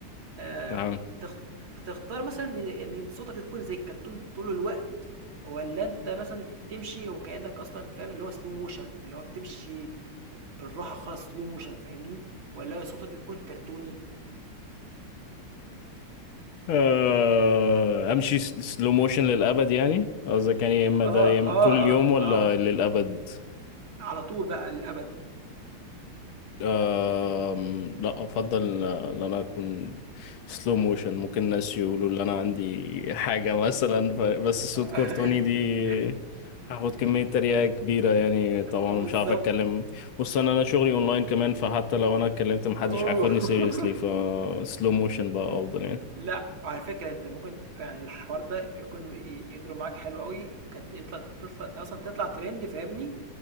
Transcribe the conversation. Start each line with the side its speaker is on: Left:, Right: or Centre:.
Right: آآ
Left: نعم
Right: تخت تختار مثلًا إن إن صوتك يكون زي الكرتون طول الوقت والّا أنت مثلًا تمشي وكإنّك أصلًا فاهم اللي هو slow motion اللي هو بتمشي بالراحة خالص slow motion فاهمني؟ والّا صوتك يكون كرتوني؟
Left: آه، امشي سلو موشن للابد يعني قصدك يعني يا اما
Right: آه،
Left: ده يا إما-
Right: آه،
Left: طول اليوم
Right: آه،
Left: ولا
Right: آه.
Left: للابد
Right: على طول بقى للأبد
Left: آم، لا افضل آه، ان انا اكون سلو موشن ممكن الناس يقولوا ان انا عندي حاجه مثلا ف- بس صوت
Right: <laughs>
Left: كرتوني دي هاخد كميه تريقه كبيره يعني طبعا
Right: بالضبط
Left: مش عارف اتكلم بص انا انا شغلي اونلاين كمان فحتى لو انا اتكلمت محدش
Right: أوه
Left: هياخدني
Right: <laughs>
Left: سيريسلي فسلو موشن بقى افضل يعني
Right: لأ، على فكرة أنت ممكن ت يعني الحوار ده يكون ي يضرب معاك حلو أوي، كانت يطلع تطلع أصلًا تطلع ترند فاهمني،